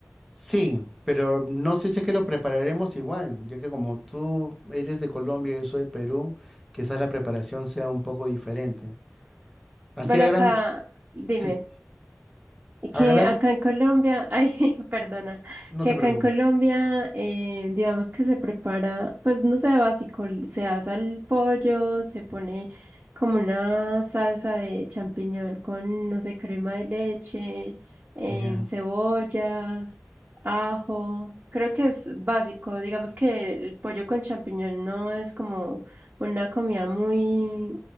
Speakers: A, in the centre; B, on the right.
A: Sí, pero no sé si es que lo prepararemos igual, ya que como tú eres de Colombia y yo soy de Perú, quizás la preparación sea un poco diferente. Así
B: Bueno,
A: a gran,
B: acá, dime.
A: sí, a
B: que
A: gran,
B: acá en Colombia, <laughs> ay, perdona,
A: no
B: que
A: te
B: acá
A: preocupes.
B: en Colombia, eh, digamos que se prepara, pues no sé, básico, l- se asa el pollo, se pone como una salsa de champiñón con, no sé, crema de leche, em,
A: Ya,
B: cebollas, ajo. Creo que es básico, digamos que el pollo con champiñón no es como una comida muy